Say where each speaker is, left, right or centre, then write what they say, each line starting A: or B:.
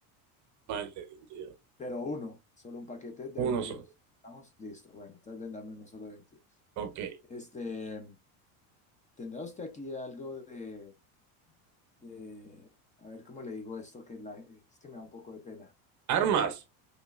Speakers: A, on the right; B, on the left.
A: Más de 22.
B: pero uno, solo un paquete de
A: Uno
B: 22.
A: solo.
B: ¿Estamos? Listo. Bueno, entonces ven, uno solo de 22.
A: Ok.
B: Este, ¿tendrá usted aquí algo de, de- a ver cómo le digo esto, que la- es que me da un poco de pena.
A: ¿Armas?